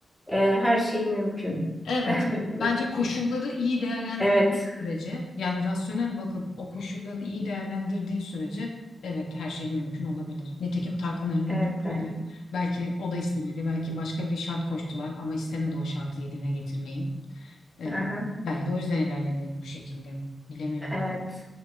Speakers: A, in the centre; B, on the left.
A: e, her şey mümkün.
B: evet
A: <laughs>
B: bence koşulları iyi değerlendirdiğin
A: Evet,
B: sürece yani rasyonel bakıp o koşulları iyi değerlendirdiğin sürece evet her şey mümkün olabilir. Nitekim Tarkan örneğinde
A: evet,
B: öyle.
A: evet.
B: Belki o da istemedi. Belki başka bir şart koştular ama istemedi o şartı yerine getirmeyi. E,
A: Aha,
B: belki de o yüzden ilerledi bu şekilde. Bilemiyorum.
A: evet.